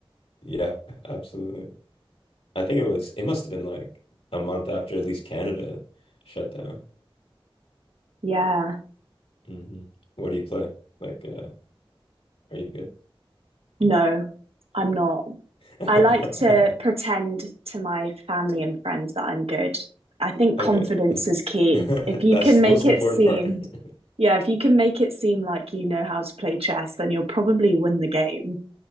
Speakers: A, on the left; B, on the right.
A: Yeah, absolutely. I think it was, it must have been like a month after at least Canada shut down.
B: Yeah.
A: hmm What do you play? Like, uh, are you
B: No, I'm not.
A: good?
B: I like to pretend
A: <laughs>
B: to my family and friends that I'm good. I think confidence
A: Okay.
B: is key.
A: <laughs>
B: If you
A: That's
B: can
A: the
B: make
A: most
B: it
A: important
B: seem
A: part. <laughs>
B: Yeah, if you can make it seem like you know how to play chess, then you'll probably win the game.